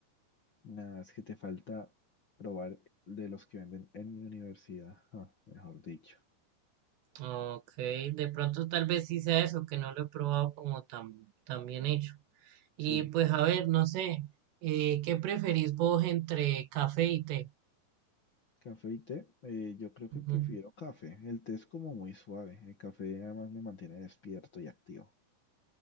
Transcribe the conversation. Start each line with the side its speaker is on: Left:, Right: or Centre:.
Left: Nada, es que te falta probar de los que venden en mi universidad, ah, mejor dicho.
Right: Ok, de pronto tal vez sí sea eso, que no lo he probado como tan, tan bien hecho.
Left: Sí.
Right: Y pues a ver, no sé, eh, ¿qué preferís vos entre café y té?
Left: Café y té, eh, yo creo que
Right: Ujú.
Left: prefiero café. El té es como muy suave. El café además me mantiene despierto y activo.